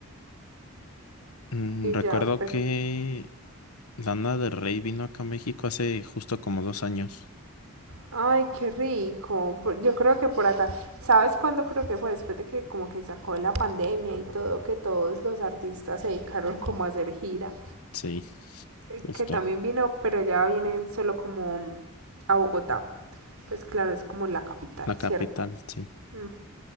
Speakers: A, on the left; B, on the right.
A: Mm,
B: Y
A: recuerdo
B: ya, pero...
A: que Lana del Rey vino acá a México hace justo como dos años.
B: Ay, qué rico. Por- Yo creo que por acá... ¿Sabes cuándo creo que fue? Después de que como que sacó la pandemia y todo, que todos los artistas se dedicaron como a hacer gira.
A: Sí,
B: Eh,
A: justo.
B: Que también vino, pero ya vienen solo como mm, a Bogotá. Pues claro, es como la capital,
A: La
B: ¿cierto?
A: capital, sí.
B: Mm,